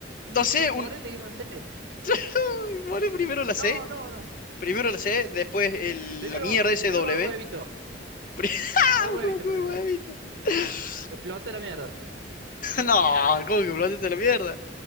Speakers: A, on the left; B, on the right.
A: No
B: Sí,
A: sé,
B: ponele,
A: un...
B: ¿qué a hacer?
A: <laughs> Vale, primero la C,
B: No, no, no.
A: primero la C, después el-
B: Primero,
A: la mierda ese
B: primero
A: W
B: va el huevito.
A: SW. <laughs>
B: Va el huevito
A: ¿Cómo que
B: primero.
A: huevito? <laughs>
B: Explota la mierda.
A: No, ¿cómo que plantaste la mierda?